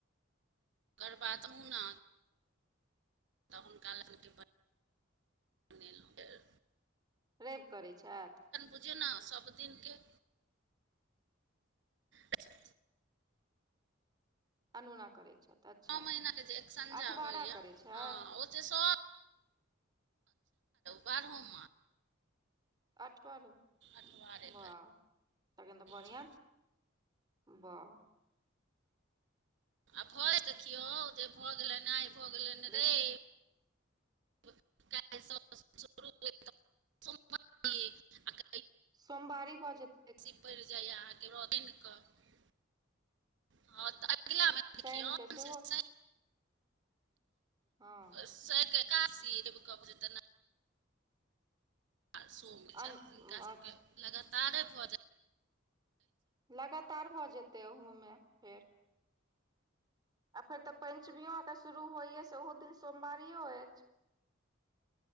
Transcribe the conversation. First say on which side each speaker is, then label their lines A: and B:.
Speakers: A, on the right; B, on the right.
A: ओकर बाद मुना। <unintelligible> तऽ हुनका लनके बनेलहुँ फेर।
B: रैइब करैत छथि।
A: बुझियौ ने सभ दिनके, चा <unintelligible>
B: अनूना करै छथि अच्छा
A: महीनाके जे एक संझा
B: अठबारा
A: होइए
B: करै छथि।
A: हँ ओ जे सब् बारहो माल
B: अठबारो
A: अठवारे
B: वाह?
A: करै
B: तखन तऽ बढ़िआँ
A: छथि
B: बाह।
A: आ भय देखियौ जे भऽ गेलनि आइ भऽ गेलनि
B: बेसी
A: रैइब <unintelligible> <unintelligible> <unintelligible>
B: सोमवारी भऽ जेत।
A: सीपा लाया पड़ जाइ अहाँ र अग? <unintelligible>
B: शनि के
A: <unintelligible>
B: सेहो हँ।
A: स क सी कहबत ने। <unintelligible> आ सोम छात
B: अन
A: हिनका सब
B: अच्छा
A: के लगातारे भऽ जाय
B: लगातार भऽ जेते, अहुमे फेर। आखन फेर तऽ पञ्चमियो आके शुरू होइए से ओहो दिन सोमवारियो अछि।